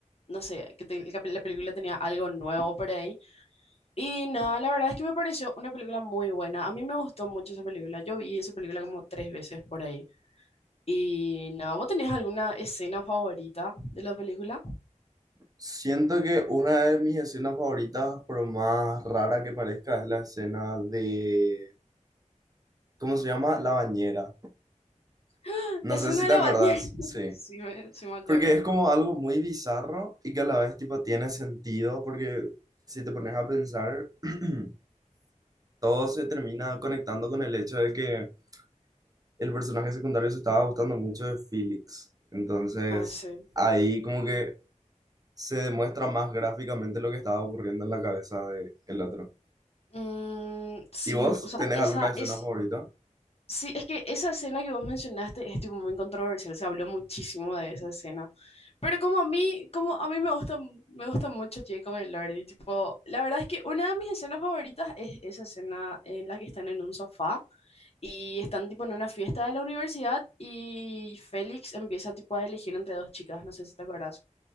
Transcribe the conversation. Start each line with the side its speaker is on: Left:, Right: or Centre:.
Left: no sé, que te- la pel- la película tenía algo nuevo por ahí. Y nada, la verdad es que me pareció una película muy buena. A mí me gustó mucho esa película. Yo vi esa película como tres veces por ahí. Y nada, ¿vos tenés alguna escena favorita de la película?
Right: Siento que una de mis escenas favoritas, por más rara que parezca, es la escena de, ¿cómo se llama? La bañera.
Left: <laughs>
Right: No
Left: La escena
Right: sé si
Left: de
Right: te
Left: la
Right: acordás,
Left: bañera. <laughs>
Right: sí.
Left: Sí me, sí me acuerdo.
Right: Porque es como algo muy bizarro y que a la vez tipo tiene sentido, porque si te pones a pensar... <clears throat> todo se termina conectando con el hecho de que el personaje secundario se estaba gustando mucho de Felix. Entonces,
Left: Ah, sí.
Right: ahí como que se demuestra más gráficamente lo que estaba ocurriendo en la cabeza de el otro.
Left: Mm, sí,
Right: ¿Y vos
Left: o sea,
Right: tenés
Left: esa
Right: alguna escena
Left: es...
Right: favorita?
Left: Sí, es que esa escena que vos mencionaste es tipo muy controversial, se habló muchísimo de esa escena. Pero como a mí, como a mí me gusta, me gusta mucho Jacob y Lordy, tipo, la verdad es que una de mis escenas favoritas es esa escena en la que están en un sofá y están tipo en una fiesta de la universidad y Félix empieza tipo a elegir entre dos chicas, no sé si te acuerdas.